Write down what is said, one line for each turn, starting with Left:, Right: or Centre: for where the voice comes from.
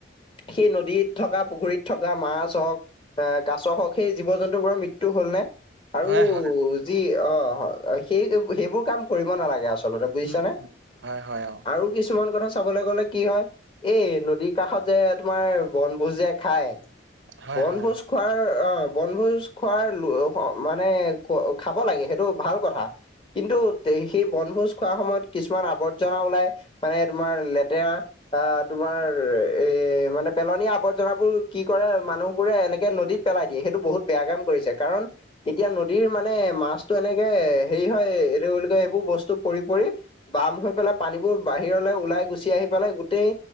Left: সেই নদীত থকা পুখুৰীত থকা মাছ হওক অ, কাছৰ হওক সেই জীৱ জন্তু বোৰৰ মৃত্যু হ'ল নে? আৰু
Right: হয় হয়
Left: যি অ' সেই সেইবোৰ কাম কৰিব নালাগে। আচ আচলতে বুজিছা
Right: উম
Left: নে?
Right: হয় হয় অ
Left: আৰু কিছুমান কথা চাবলৈ গলে কি হয়, এই নদীৰ কাষত যে তোমাৰ বনভোজ যে খায়।
Right: হয়
Left: বনভোজ
Right: হয় অ
Left: খোৱাৰ আহ বনভোজ খোৱাৰ মানে খাব লাগে সেইটো ভাল কথা। কিন্তু সেই বনভোজ খোৱাৰ সময়ত কিছুমান আৱৰ্জনা ওলাই। মানে তোমাৰ লেতেৰা অ, তোমাৰ এ মানে পেলনীয়া আৱৰ্জনাবোৰ কি কৰে মানুহ বোৰে এনেকে নদীত পেলাই দিয়ে সেইটো বহুত বেয়া কাম কৰিছে। কাৰণ এতিয়া নদীৰ মানে মাছতটো এনেকে হেৰি হয়। এইটো বুলি কয় এইবোৰ বস্তু পৰি - পৰি বাম হৈ পেলাই পানীবোৰ বাহিৰলৈ ওলাই গুচি আহি পেলাই গোটেই